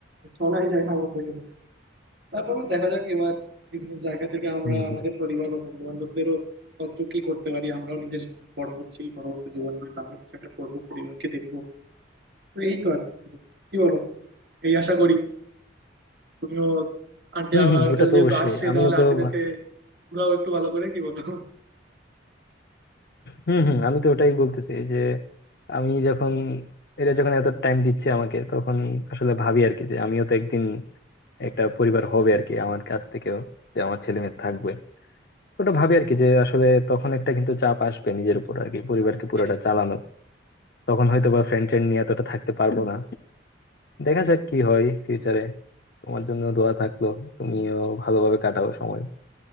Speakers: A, on the right; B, on the left.
A: চলাই যায় না বলতে গেলে তারপরেও দেখা যাক এবার নিজ নিজ জায়গা থেকে আমরা
B: হম
A: আমাদের পরিবার বা বন্ধু বান্ধবদেরও কত কি করতে পারি আমরাও নিজের বড় হচ্ছি পরবর্তী জীবন হয়তো আমরা কিছু একটা করবো পরিবারকে দেখবো তো এই তো আর কি কি বলো এই আশা করি তুমিও আন্টি
B: হম
A: আমার
B: হম ওটা তো
A: যেহেতু
B: অবশ্যই
A: আসছে
B: আমি
A: তাহলে আন্টিদেরকে
B: তো ভা-
A: ঘুরাও একটু ভালো করে কি বলো
B: হম হম আমি তো ওটাই বলতেছি যে আমি যখন এরা যখন এত টাইম দিচ্ছে আমাকে তখন আসলে ভাবি আর কি যে আমিও তো একদিন একটা পরিবার হবে আর কি আমার কাছ থেকেও যে আমার ছেলে মেয়ে থাকবে ওটা ভাবি আর কি যে আসলে তখন একটা কিন্তু চাপ আসবে নিজের উপর আর কি পরিবারকে
A: ঠিক
B: পুরোটা চালানোর তখন হয়তো বা ফ্রেন্ড ট্রেন্ড নিয়ে এতটা থাকতে পারবো না দেখা যাক কি হয় ফিউচারে তোমার জন্য দোয়া থাকলো তুমিও ভালোভাবে কাটাও সময়